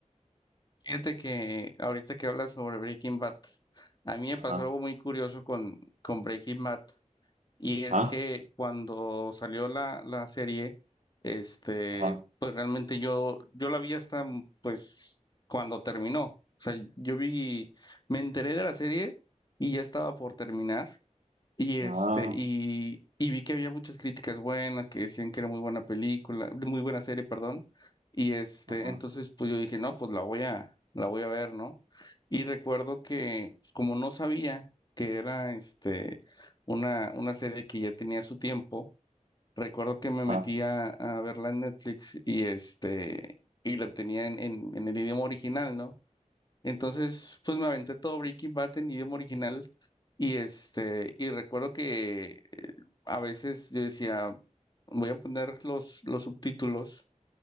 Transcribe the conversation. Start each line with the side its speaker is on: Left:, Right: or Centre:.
Left: Fíjate que ahorita que hablas sobre Breaking Bad, a mí me
Right: Ajá,
Left: pasó algo muy curioso con, con Breaking Bad, y es
Right: ajá,
Left: que cuando salió la, la serie, este,
Right: ajá,
Left: pues realmente yo, yo la vi hasta mm, pues cuando terminó. O sea, yo vi, me enteré de la serie y ya estaba por terminar. Y este,
Right: ah,
Left: y, y vi que había muchas críticas buenas, que decían que era muy buena película, muy buena serie, perdón. Y este,
Right: ajá,
Left: entonces pues yo dije, no, pues la voy a, la voy a ver, ¿no? Y recuerdo que, pues, como no sabía que era este una, una serie que ya tenía su tiempo, recuerdo que me
Right: ajá,
Left: metí a, a verla en Netflix y este, y la tenía en, en, en el idioma original, ¿no? Entonces, pues me aventé todo Breaking Bad en idioma original y este, y recuerdo que eh, a veces yo decía, voy a poner los, los subtítulos